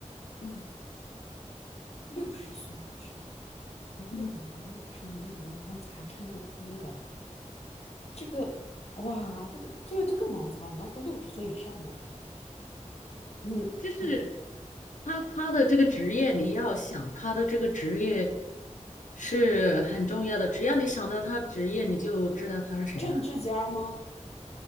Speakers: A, on the left; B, on the left.
A: 嗯
B: 六十岁以上，很有名的，
A: 嗯，
B: 又不是女演员，然后还唱过歌的，这个哇，这个这个这个难猜。你要说六十岁以上的，嗯嗯，
A: 就是。他他的这个职业，你要想他的这个职业是很重要的。只要你想到他职业，你就知道他是谁了。
B: 政治家吗？